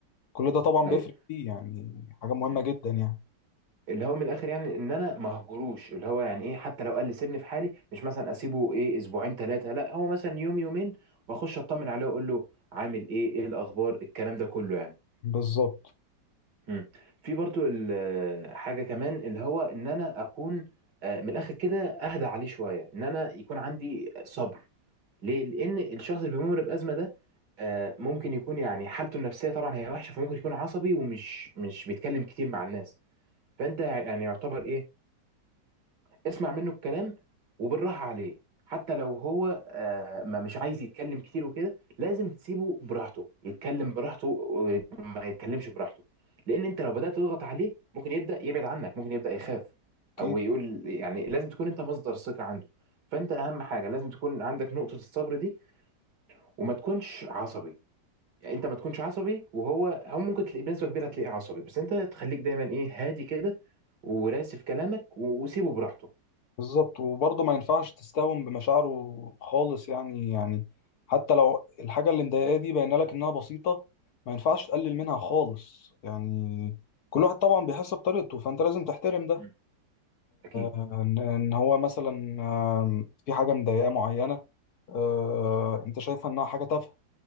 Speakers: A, on the left; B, on the right.
A: كل ده طبعا
B: ايوه
A: بيفرق فيه يعني حاجه مهمه
B: مم.
A: جدا يعني
B: اللي هو من الاخر يعني ان انا ما هجروش اللي هو يعني ايه حتى لو قال لي سيبني في حالي مش مثلا اسيبه ايه اسبوعين ثلاثه لا هو مثلا يوم يومين واخش اطمن عليه واقول له عامل ايه ايه الاخبار الكلام ده كله يعني
A: بالظبط
B: مم. في برضو ال- حاجه كمان اللي هو ان انا اكون آه، من الاخر كده اهدى عليه شويه ان انا يكون عندي صبر ليه لان الشخص اللي بيمر بازمه ده آه، ممكن يكون يعني حالته النفسيه طبعا هي وحشه فممكن يكون عصبي ومش مش بيتكلم كتير مع الناس فانت يعني يعتبر ايه اسمع منه الكلام وبالراحه عليه حتى لو هو آه، ما مش عايز يتكلم كتير وكده لازم تسيبه براحته يتكلم براحته وما يتكلمش براحته لان انت لو بدات تضغط عليه ممكن يبدا يبعد عنك ممكن يبدا يخاف
A: اكيد
B: او يقول يعني لازم تكون انت مصدر ثقه عنده فانت اهم حاجه لازم تكون عندك نقطه الصبر دي وما تكونش عصبي يعني انت ما تكونش عصبي وهو او ممكن تلاقيه بنسبه كبيره تلاقيه عصبي بس انت تخليك دايما ايه هادي كده وراسي في كلامك و- وسيبه براحته
A: بالظبط وبرضه ما ينفعش تستهون بمشاعره خالص يعني يعني حتى لو الحاجة اللي مضايقاه دي باينة لك إنها بسيطة ما ينفعش تقلل منها خالص يعني كل واحد طبعا بيحس بطريقته فأنت لازم تحترم ده
B: مم. اكيد
A: إن إن هو مثلا آم، في حاجة مضايقاه معينة آه،
B: مم.
A: أنت شايفها إنها حاجة تافهة